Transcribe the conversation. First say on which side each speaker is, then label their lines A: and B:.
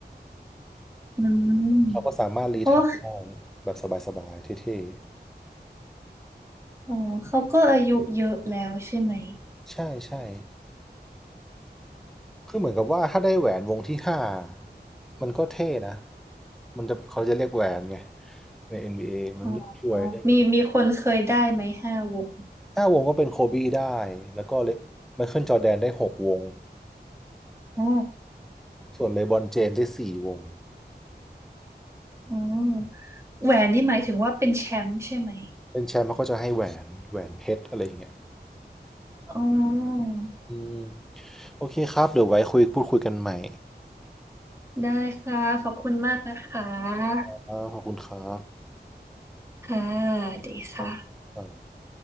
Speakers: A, on the right; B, in the centre.
A: อืมเพราะว่า
B: เราก็สามารถรีไทัชได้แบบสบายๆเท่
A: อ๋อเขาก็อายุเยอะแล้วใช่ไหม
B: ๆใช่ใช่คือเหมือนกับว่าถ้าได้แหวนวงที่ห้ามันก็เท่นะมันจะเขาจะเรียกแหวนไงใน NBA มันช่วยได้แบบ
A: อ๋อมีมีคนเคยได้ไหมห้าวง
B: ห้าวงก็เป็นโคบี้ได้แล้วก็เลไมเคิลจอร์แดนได้หกวง
A: อ๋อ
B: ส่วนเลบรอนเจมส์ได้สี่วง
A: อ๋อแหวนนี่หมายถึงว่าเป็นแชมป์ใช่ไหม
B: เป็นแชมป์เขาก็จะให้แหวนแหวนเพชรอะไรอย่างเงี้ย
A: อ๋อ
B: อืมโอเคครับเดี๋ยวไว้คุยพูดคุยกันใหม่
A: ได้ค่ะขอบคุณมากนะคะ
B: ครับขอบคุณครั
A: ค่ะดีค่ะ
B: บ